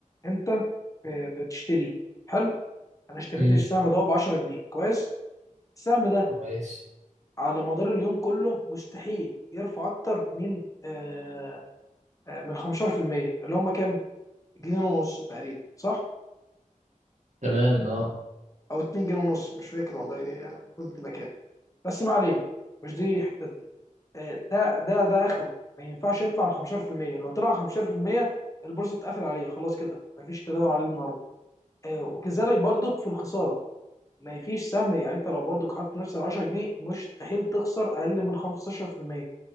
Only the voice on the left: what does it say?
انت ب- بتشتريه حلو انا اشتريت
السهم ده ب 10 جنيه كويس السهم ده
على مدار اليوم كله مستحيل يرفع اكتر من آه آه، من 15% اللي هم كام جنيه ونص تقريبا صح
او 2 جنيه ونص مش فاكر والله آه، المفروض تبقى كام بس ما علينا مش دي حتتنا آه ده ده ده اخره ما ينفعش يطلع عن 15% لو طلع عن 15% البورصه بتقفل عليه خلاص كده مفيش تداول عليه النهارده آه وكذلك برضك في الخساره ما فيش سهم يعني انت لو برضك حاطط نفس ال 10 جنيه مستحيل تخسر اقل من 15%